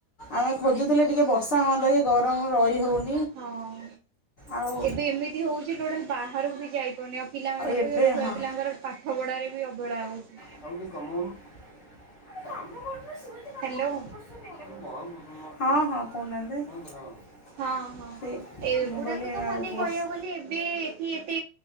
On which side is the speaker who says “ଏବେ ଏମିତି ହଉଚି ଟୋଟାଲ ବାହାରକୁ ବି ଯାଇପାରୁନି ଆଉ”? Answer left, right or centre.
Right